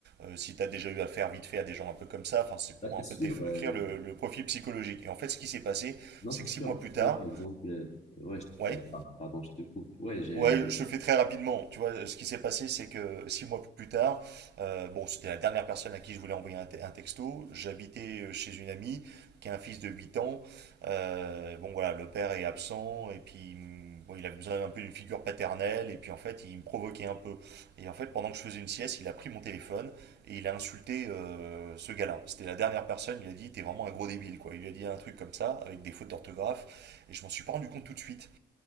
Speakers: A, on the right; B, on the left.
A: euh, si tu as déjà eu affaire vite fait à des gens un peu comme ça. Enfin, c'est pour
B: là, c'est
A: un
B: sûr.
A: peu te décrire
B: euh,
A: le, le profil psychologique. Et en fait, ce qui s'est passé,
B: Non,
A: c'est
B: c'est
A: que six
B: sûr.
A: mois plus
B: Tu
A: tard,
B: vois, par exemple, euh, ouais, je
A: ouais,
B: t'ai- par- pardon, je te coupe. Ouais, j'ai.
A: Ouais, je te le fais très rapidement. Tu vois, ce qui s'est passé, c'est que six mois plus tard, euh, bon, c'était la dernière personne à qui je voulais envoyer un, te- un texto. J'habitais euh, chez une amie qui a un fils de 8 ans. Euh, bon, voilà, le père est absent et puis hum, bon, il avait besoin un peu d'une figure paternelle. Et puis en fait, il me provoquait un peu. Et en fait, pendant que je faisais une sieste, il a pris mon téléphone et il a insulté euh, ce gars-là. C'était la dernière personne. Il a dit, t'es vraiment un gros débile, quoi. Il lui a dit un truc comme ça, avec des fautes d'orthographe. Et je m'en suis pas rendu compte tout de suite.